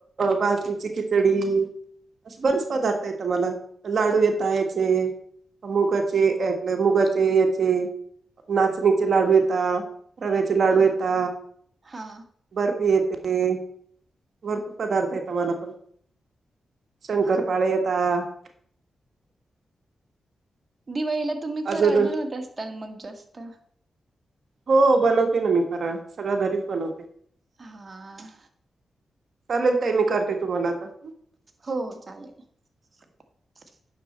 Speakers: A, on the right (about 65°); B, on the right (about 40°).
A: बाजरीची खिचडी अस बरेच पदार्थ येत मला लाडू येता याचे मुगाचे, ये मुगाचे याचे, नाचणीचे लाडू येता ता रव्याचे लाडू
B: हा
A: येता.
B: हा
A: बर्फी ये ते भरपूर पदार्थ येता मला पण. शंकरपाळे
B: हा
A: येता <inaudible>
B: दिवाळीला तुम्ही फराळ
A: अजून
B: बनवत असताल मग जास्त.
A: हो बनवते ना मी फराळ सगळ घरीच बनवते.
B: हा. <inaudible>
A: चालेल ताई मी करते तुम्हाला आता.
B: हो चालेल. <inaudible>